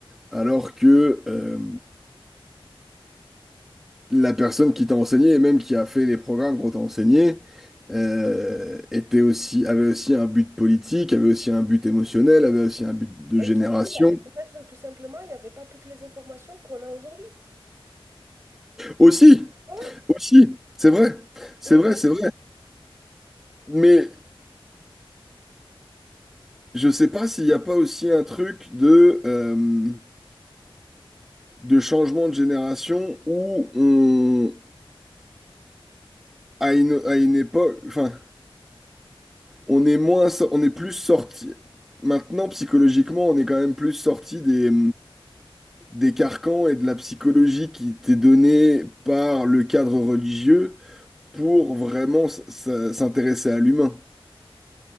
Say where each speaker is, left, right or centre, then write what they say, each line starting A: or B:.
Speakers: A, in the centre; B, on the right (about 30°).
A: Alors que, euh, la personne qui t'a enseigné et même qui a fait les programmes qu'on t'a enseigné euh, était aussi, avait aussi un but politique, avait aussi un but émotionnel, avait aussi un but de
B: Et
A: génération.
B: surtout, il y a- peut-être tout simplement, il n'y avait pas toutes les informations qu'on a aujourd'hui.
A: Aussi,
B: Voilà.
A: aussi, c'est vrai, c'est
B: Le-
A: vrai,
B: le-
A: c'est vrai. Mais je sais pas s'il n'y a pas aussi un truc de, euh, de changement de génération où on, à une, à une époque, enfin, on est moins, so- on est plus sorti. Maintenant, psychologiquement, on est quand même plus sorti des, des carcans et de la psychologie qui t'est donnée par le cadre religieux pour vraiment s- s- s'intéresser à l'humain.